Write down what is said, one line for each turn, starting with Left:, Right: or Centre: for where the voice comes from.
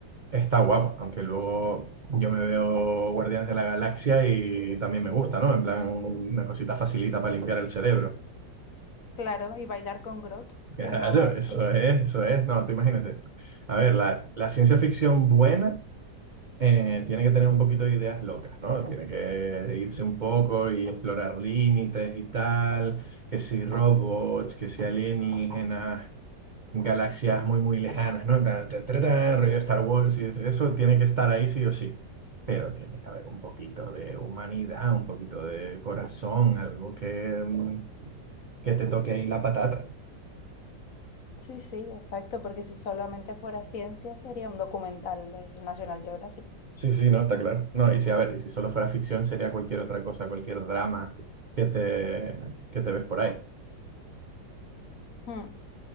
Right: Está guapo, aunque luego yo me veo Guardianes de la Galaxia y también me gusta, ¿no? En plan, una cosita facilita para limpiar el cerebro. <laughs>
Left: Claro, y bailar con Grot,
Right: Claro,
Left: ¿quién no ama eso?
Right: eso es, eso es. No, tú imagínate. A ver, la, la ciencia ficción buena eh, tiene que tener un poquito de ideas locas, ¿no? Tiene que irse un poco y explorar límites y tal, que si robots, que si alienígenas galaxias muy, muy lejanas, ¿no? En plan, ta, ta, ta, rollo Star Wars y eso, eso tiene que estar ahí sí o sí. Pero tiene que haber un poquito de humanidad, un poquito de corazón, algo que, mm, que te toque ahí la patata.
Left: Sí, sí, exacto, porque si solamente fuera ciencia sería un documental de National Geographic.
Right: Sí, sí, no, está claro. No, y si, a ver, y si solo fuera ficción, sería cualquier otra cosa, cualquier drama que te, que te ves por ahí.
Left: Hmm.